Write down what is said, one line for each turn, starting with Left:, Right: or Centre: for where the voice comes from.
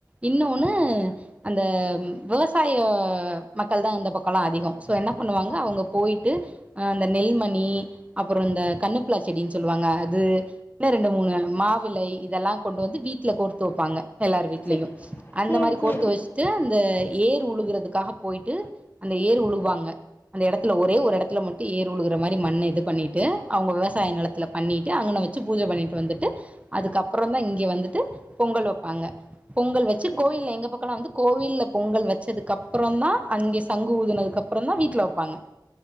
Right: இன்னொன்னு அந்த விவசாய மக்கள் தான் இந்த பக்கம்லாம் அதிகம் சோ என்ன பண்ணுவாங்க அவங்க போயிட்டு அந்த நெல்மணி அப்புறம் இந்த கண்ணுப்புலா செடின்னு சொல்லுவாங்க அது இன்னும் ரெண்டு மூணு மாவிலை இதெல்லாம் கொண்டு வந்து வீட்ல கோர்த்து வைப்பாங்க எல்லார வீட்லயும்
Left: சே
Right: அந்த
Left: சரி
Right: மாரி கோர்த்து
Left: சரி
Right: வச்சுட்டு அந்த ஏர் உழுகுறதுக்காக போயிட்டு அந்த ஏர் உழுவாங்க அந்த இடத்துல ஒரே ஒரு இடத்துல மட்டும் ஏர் உழுகுற மாதிரி மண்ண இது பண்ணிட்டு அவங்க விவசாய நிலத்துல பண்ணிட்டு அங்க வச்சு பூஜை பண்ணிட்டு வந்துட்டு அதுக்கப்புறம் தான் இங்க வந்துட்டு பொங்கல் வைப்பாங்க பொங்கல் வச்சு
Left: சே-
Right: கோவில்ல எங்க பக்கம்ல்லாம் வந்து கோவில்ல பொங்கல் வச்சதுக்கு அப்புறம் தான் அங்க சங்கு ஊதுனதுக்கு அப்புறம் தான் வீட்டுல வைப்பாங்க